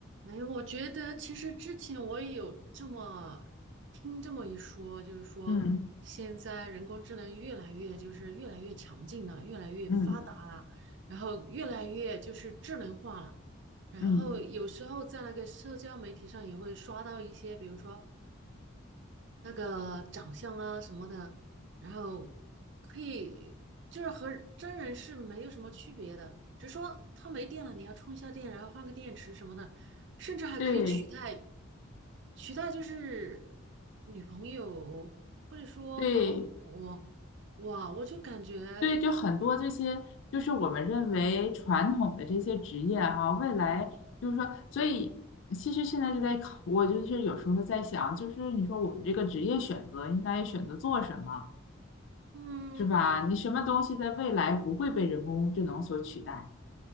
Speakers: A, on the right; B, on the left.
A: 哎，我觉得其实之前我也有这么听这么一说，就是说现在人工智能越来越就是越来越强劲了，
B: 嗯
A: 越来越发达了，
B: 嗯
A: 然后越来越就是智能化了。然后有时候在那个社交媒体上也会刷到一些，
B: 嗯，
A: 比如说那个长相啊什么的，然后可以就是和真人是没有什么区别的，只是说它没电了，你要充一下电，然后换个电池什么的，甚至还可以取代
B: 对
A: 取代就是女朋友或者说保姆，
B: 对
A: 哇，我就感觉
B: 对，就很多这些，就是我们认为传统的这些职业哈、未来就是说，所以其实现在就在考，我就是有时候在想，就是你说我们这个职业选择应该选择做什么，
A: 嗯。
B: 是吧？你什么东西在未来不会被人工智能所取代？